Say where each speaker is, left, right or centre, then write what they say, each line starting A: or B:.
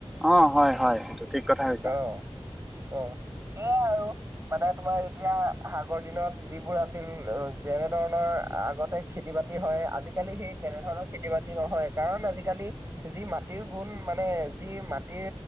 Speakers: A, in the centre; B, on the right (about 25°).
A: অ হয় হয় সেইটো ঠিক কথা কৈছা।
B: অ অ সেয়াই আৰু মানে তোমাৰ এতিয়া আগৰ দিনত যিবোৰ আছিল যেনে। তেনে ধৰণৰ আগতে খেতি বাতি হয়। আজিকালি সেই তেনেধৰণৰ খেতি বাতি নহয়। কাৰণ আজিকালি যি মাটিৰ গুণ মানে যি মাটিৰ